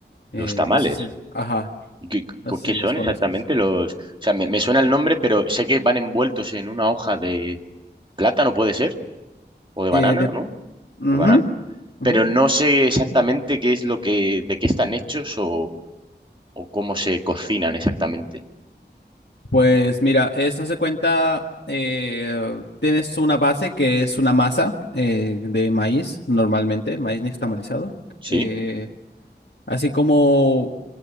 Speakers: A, on the left (about 85°); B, on the right (about 25°).
A: Eh,
B: Los tamales.
A: eso sí, ajá,
B: ¿Y ¿Qué,
A: no
B: cu-
A: sé
B: qué
A: si
B: son
A: los conozcas.
B: exactamente los...? O sea, me, me suena el nombre, pero sé que van envueltos en una hoja de plátano, puede ser, o de banana,
A: Eh, de,
B: ¿no?
A: ujú,
B: De banana.
A: ujú.
B: Pero no sé exactamente qué es lo que, de qué están hechos o, o cómo se cocinan exactamente.
A: Pues mira, eso se cuenta, eh, tienes una base que es una masa eh, de maíz, normalmente, maíz nixtamalizado.
B: ¿Sí?
A: eh, así como,